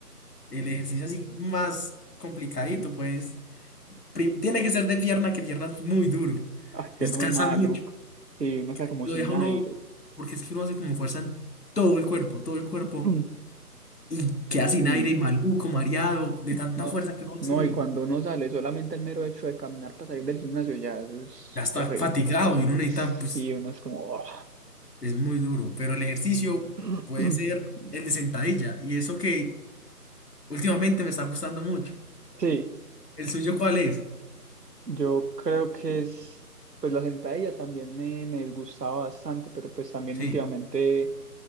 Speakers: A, on the left (about 75°); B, on the right (about 85°).
A: El ejercicio así más complicadito,
B: Mm.
A: pues. pri- Tiene que ser de pierna, que pierna es muy duro.
B: Ay, que
A: Descansa
B: no muy maluco.
A: mucho.
B: Sí, uno
A: ca-
B: queda como
A: Lo
B: sin
A: deja uno,
B: aire.
A: porque es que uno hace como fuerza en todo el cuerpo, todo el cuerpo.
B: <clears throat> Mm.
A: Y queda
B: Sí,
A: sin aire y maluco, mareado, de
B: no,
A: tanta fuerza que uno
B: no,
A: hace ahí.
B: y cuando uno sale, solamente el mero hecho de caminar para salir del gimnasio, ya, eso es
A: Ya está
B: horrible.
A: fatigado y uno necesita, pues,
B: sí uno es como, "Oh".
A: es muy duro. Pero el ejercicio
B: <clears throat>
A: puede ser el de sentadilla. Y eso que últimamente me está gustando mucho.
B: Sí,
A: ¿El suyo cuál es?
B: yo creo que es, pues la sentadilla también me, me disgustaba bastante, pero pues también
A: Sí,
B: últimamente